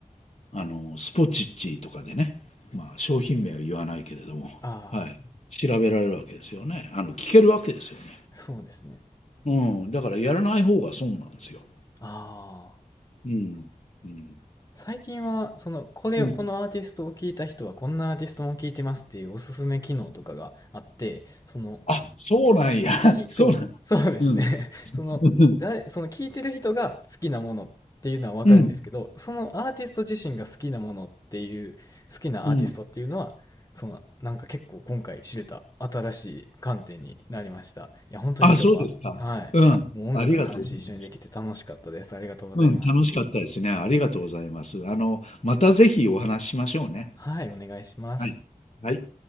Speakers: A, on the left; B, on the left.
A: あの、スポチッチとかでね、まあ、商品名は言わないけれども、
B: あ
A: はい、調べられるわけですよね。あの、聞けるわけですよね。
B: あ、そうですね。
A: うん、だからやらない方が損なんですよ。
B: ああ。
A: うん、うん、
B: 最近は、その、これを、
A: うん。
B: このアーティストを聞いた人は、こんなアーティストも聞いてますっていうおすすめ機能とかがあって、その、
A: あ、そうなんや。
B: はい、
A: <laughs>
B: き、
A: そうなん。
B: そう、<laughs> そうですね。
A: うん、
B: <laughs> その、
A: うん、
B: 誰、その聞いてる人が好きなものっていうのはわかるんですけど、
A: うん、
B: そのアーティスト自身が好きなものっていう、好きなアーティストっていうのは、
A: うん、
B: その、なんか結構今回知れた新しい観点になりました。いや、本当に今日は、
A: あ、そうですか。
B: はい、
A: うん、
B: もう音楽の話一緒にできて楽しかったです。
A: ありがとうございます。
B: ありがとうございます。
A: うん、楽しかったですね。ありがとうございます。あの、またぜひお話ししましょうね。
B: はい、お願いします。
A: はい。はい。